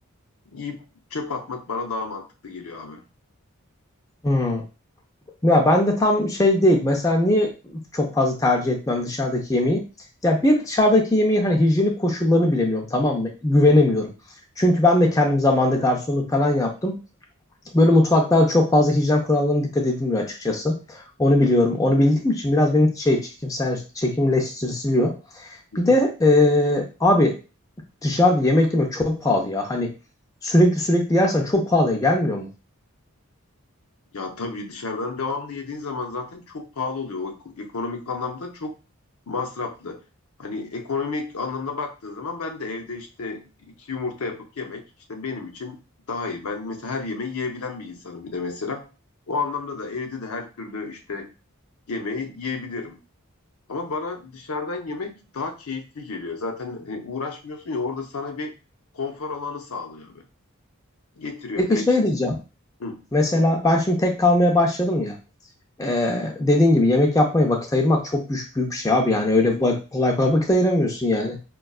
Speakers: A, on the left; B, on the left.
A: yiyip çöp atmak bana daha mantıklı geliyor abi.
B: Hmm. Ya ben de tam şey değil. Mesela niye çok fazla tercih etmem dışarıdaki yemeği? Ya bir dışarıdaki yemeğin hani hijyenik koşullarını bilemiyorum tamam mı? Güvenemiyorum. Çünkü ben de kendim zamanında garsonluk falan yaptım. Böyle mutfaklarda çok fazla hijyen kurallarına dikkat edilmiyor açıkçası. Onu biliyorum. Onu bildiğim için biraz beni şey çekimsel çekimleştiriliyor.
A: Hı
B: Bir
A: hı.
B: de e, abi dışarıda yemek yemek çok pahalı ya. Hani sürekli sürekli yersen çok pahalıya gelmiyor mu?
A: Ya tabii dışarıdan devamlı yediğin zaman zaten çok pahalı oluyor. O ek- ekonomik anlamda çok masraflı. Hani ekonomik anlamda baktığın zaman ben de evde işte iki yumurta yapıp yemek işte benim için daha iyi. Ben mesela her yemeği yiyebilen bir insanım bir de mesela. O anlamda da evde de her türlü işte yemeği yiyebilirim. Ama bana dışarıdan yemek daha keyifli geliyor. Zaten e, uğraşmıyorsun ya orada sana bir konfor alanı sağlıyor abi. Getiriyor
B: Peki
A: direkt
B: şey
A: işte.
B: diyeceğim.
A: Hı,
B: Mesela ben şimdi tek kalmaya başladım ya. Ee, dediğin gibi yemek yapmaya vakit ayırmak çok büyük, büyük bir şey abi. Yani öyle bak- kolay kolay vakit ayıramıyorsun yani.